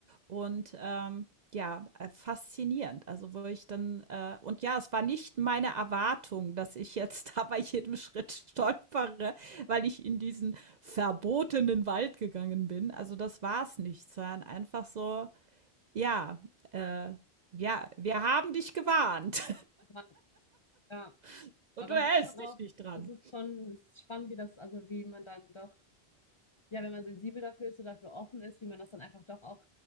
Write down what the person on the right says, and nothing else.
Und ähm, ja, äh, faszinierend. Also wo ich dann, äh, und ja, es war nicht meine Erwartung, dass ich jetzt <laughs> da bei jedem Schritt stolpere, weil ich in diesen verbotenen Wald gegangen bin. Also das war es nicht, sondern einfach so, ja, äh, ja, wir haben dich gewarnt
<laughs> und
du hältst
dich
nicht dran.